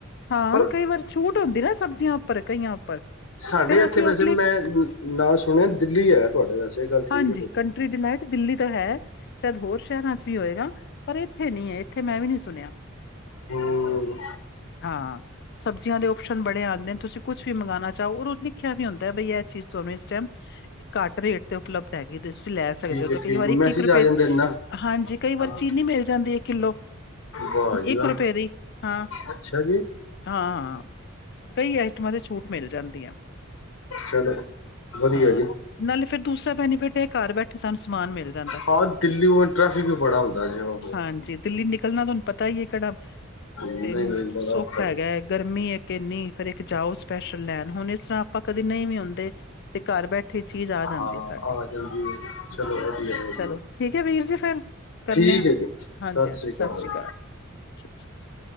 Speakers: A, on the left; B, on the left.
A: ਹਾਂ
B: ਪਰ
A: ਕਈ ਵਾਰ ਛੂਟ ਹੁੰਦੀ ਨਾ ਸਭ ਈਆਂ ਉੱਪਰ ਕਈਆਂ ਉੱਪਰ
B: ਸਾਡੇ
A: ਫੇਰ
B: ਇੱਥੇ
A: ਅਸੀ
B: ਵੈਸੇ
A: ਓ ਕਲਿੱਕ
B: ਮੈਂ ਨਾਂ ਸੁਨੇਆਂ ਦਿੱਲੀ ਏਗਾ ਤੁਆਡੇ ਵੈਸੇ ਗੱਲ ਠੀਕ
A: ਹਾਂਜੀ
B: ਹੈ ਤੁਹਾਡੀ
A: ਕੰਟਰੀ ਡਿਨਾਈਟ ਦਿੱਲੀ ਤੋਂ ਹੈ ਸ਼ਾਇਦ ਹੋਰ ਸ਼ਹਿਰਾਂ ਚ ਵੀ ਹੋਏਗਾ। ਪਰ ਏਥੇ ਨੀ ਏ, ਏਥੇ ਮੈਂ ਵੀ ਨੀ ਸੁਨੇਆਂ।
B: ਹੂੰ।
A: ਹਾਂ। ਸਬਜ਼ੀਆਂ ਦੇ ਓਪਸ਼ਨ ਬੜੇ ਆਂਦੇ ਨੇ, ਤੁਸੀਂ ਕੁਛ ਵੀ ਮੰਗਨਾਂ ਚਾਓ ਔਰ ਲਿਖਿਆ ਆਂਦਾ ਬਈ ਏ ਚੀਜ਼ ਤੁਆਨੁ ਇਸ ਟਾਈਮ ਘੱਟ ਰੇਟ ਤੇ ਉਪਲੱਬਧ ਹੈਗੀ ਤੇ ਤੁਸੀਂ ਲੈ ਸਕਦੇ
B: ਠੀਕ
A: ਓ, ਤੇ
B: ਹੈ
A: ਕਈ
B: ਠੀਕ
A: ਵਾਰ ਇੱਕ-ਇੱਕ
B: ਮੈਸੇਜ
A: ਰੁਪਏ
B: ਆ ਜਾਂਦੇ ਨੇ ਨਾ
A: ਹਾਂਜੀ, ਕਈ ਵਾਰ
B: ਹਾਂ
A: ਚੀਨੀ ਮਿਲ ਜਾਂਦੀ ਏ। ਕਿਲੋ
B: ਵਾਹ ਜੀ
A: ਇੱਕ
B: ਵਾਹ
A: ਰੁਪਏ ਦੀ, ਹਾਂ।
B: ਅੱਛਾ ਜੀ
A: ਹਾਂ, ਕਈ ਆਈਟਮਾਂ ਤੇ ਛੂਟ ਮਿਲ ਜਾਂਦੀ ਆ।
B: ਚਲੋ, ਵਧੀਆ
A: ਹਾਂ
B: ਏਜੀ।
A: ਨਾਲੇ ਫੇਰ ਦੂਸਰਾ ਬੈਨੀਫਿਟ ਏ, ਘਰ ਬੈ ਠੇ ਸਾਨੂੰ ਸਮਾਨ ਮਿਲ ਜਾਂਦਾ,
B: ਹਾਂ ਦਿੱਲੀ ਮ ਟ੍ਰੈਫਿਕ ਵੀ ਬੜਾ ਹੁੰਦਾ ਜੀ ਉਹ
A: ਹਾਂਜੀ। ਦਿੱਲੀ ਨਿਕਲਣਾ ਤੁਆਨੂੰ ਪਤਾ ਈ ਏ ਕੇੜਾ
B: ਨਹੀਂ
A: ਤੇ
B: ਨਹੀਂ ਬੜਾ
A: ਸੁਖਾ
B: ਔਖਾ ਜੀ
A: ਹੈਗਾਏ। ਗਰਮੀ ਏਕ ਇੰਨੀ ਫੇਰ ਇੱਕ ਜਾਓ ਸਪੈਸ਼ਲ ਲੈਣ ਹੁਣ, ਇਸ ਤਰ੍ਹਾਂ ਆਪਾਂ ਕਦੇ ਨਈਂ ਵੀ ਹੁੰਦੇ ਤੇ ਘਰ ਬੈ ਠੇ ਚੀਜ ਆ ਜਾਂਦੀਏ
B: ਹਾਂ
A: ਸਾਡੀ
B: ਆ ਜਾਂਦੀ ਹੈ, ਚਲੋ ਵਧੀਆ ਵਧੀਆ
A: ਚਲੋ, ਠੀਕ ਏ ਵੀਰ ਜੀ ਫੇਰ। ਕਰਨੇ
B: ਠੀਕ
A: ਆ,
B: ਹੈ ਜੀ ਸਤਿ
A: ਹਾਜੀ-ਹਾਂਜੀ
B: ਸ੍ਰੀ ਅਕਾਲ
A: ਸਸਸ਼੍ਰੀ ਅਕਾਲ।